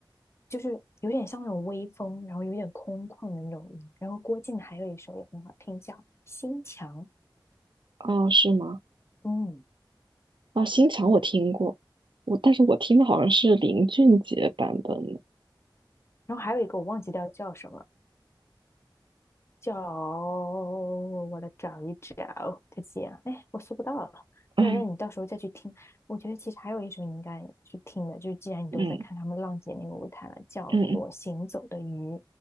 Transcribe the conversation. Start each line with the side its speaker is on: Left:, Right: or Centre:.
Left: 就是有点像那种微风，然后有点空旷的那种音然后郭靖还有一首也很好听，叫《心墙》，
Right: 啊，是吗？
Left: 嗯，
Right: 啊，新墙我听过，我但是我听的好像是林俊杰版本的。
Left: 然后还有一个我忘记掉叫什么，叫我来找一找，再见。哎，我搜不到了。那那你到时候再去听。
Right: 嗯
Left: 我觉得其实还有一首你应该去听的，就是既然你都在看他们浪姐那个舞台了，
Right: 嗯
Left: 叫做《行走的鱼》。
Right: 嗯